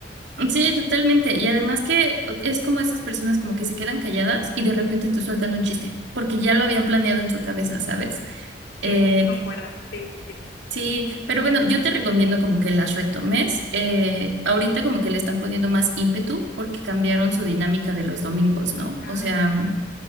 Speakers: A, on the right; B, on the left.
A: Sí, totalmente. Y además que es como esas personas como que se quedan calladas y de repente te sueltan un chiste, porque ya lo habían planeado en su cabeza, ¿sabes?
B: Sí,
A: Eh,
B: y concuerdan. Sí, sí, sí.
A: sí, pero bueno, yo te recomiendo como que las retomes. Eh, ahorita como que le están poniendo más ímpetu porque cambiaron su dinámica de los domingos, ¿no?
B: Ah,
A: O sea,
B: ok.
A: mm,